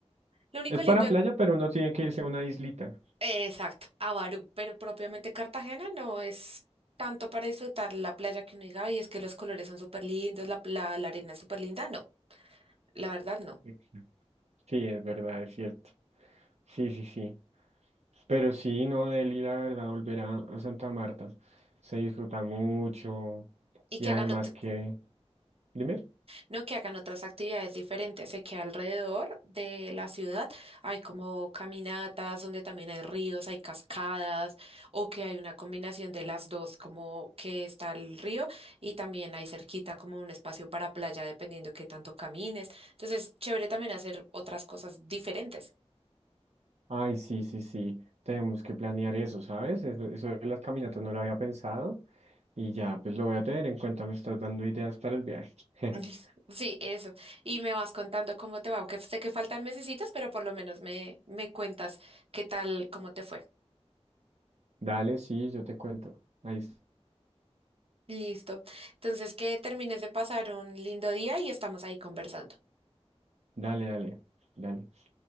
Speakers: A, on the right (about 60°); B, on the right (about 80°).
A: lo único
B: Es
A: lindo
B: para
A: de
B: playa, pero uno tiene que irse a una islita.
A: Exacto, Avarú, pero propiamente Cartagena no es tanto para disfrutar la playa que uno diga, y es que los colores son súper lindos, la, la, la arena es súper linda, no, la verdad no.
B: Exacto. Sí, es verdad, es cierto. Sí, sí, sí. Pero sí, no, Delhi, la verdad, volver a, a Santa Marta se disfruta mucho.
A: Y
B: Y
A: que
B: además
A: hagan ot-
B: que, dime,
A: No que hagan otras actividades diferentes, sé que alrededor de la ciudad hay como caminatas donde también hay ríos, hay cascadas, o que hay una combinación de las dos, como que está el río y también hay cerquita como un espacio para playa, dependiendo qué tanto camines. Entonces, chévere también hacer otras cosas diferentes.
B: ay, sí, sí, sí, tenemos que planear eso, ¿sabes? Eso, eso de las caminatas no lo había pensado y ya, pues lo voy a tener en cuenta, me estás dando ideas para el viaje. <laughs>
A: <laughs> Sí, eso. Y me vas contando cómo te va, aunque sé que faltan mesecitos, pero por lo menos me, me cuentas qué tal, cómo te fue.
B: Dale, sí, yo te cuento. Ahí, es-
A: Listo. Entonces, que termines de pasar un lindo día y estamos ahí conversando.
B: dale, dale, dale.